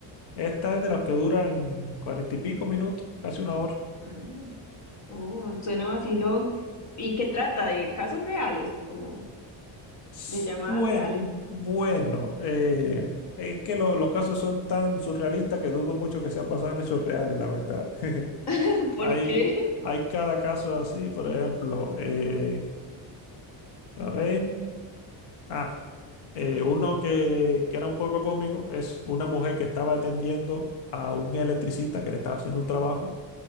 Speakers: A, on the left (about 60°); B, on the left (about 35°).
A: Esta es de las que duran cuarenta y pico minutos, casi una hora.
B: Ah, oh, suena vacilón. ¿Y qué trata? ¿De casos reales? Como
A: S-
B: de llamadas
A: Buen,
B: reales.
A: bueno, eh, es que lo- los casos son tan surrealistas que dudo mucho que sean basados en hechos reales, la verdad. <laughs>
B: <laughs> ¿Por
A: Hay,
B: qué?
A: hay cada caso así, por ejemplo, eh, a ver. Ah, eh, uno que, que era un poco cómico es una mujer que estaba atendiendo a un electricista que le estaba haciendo un trabajo.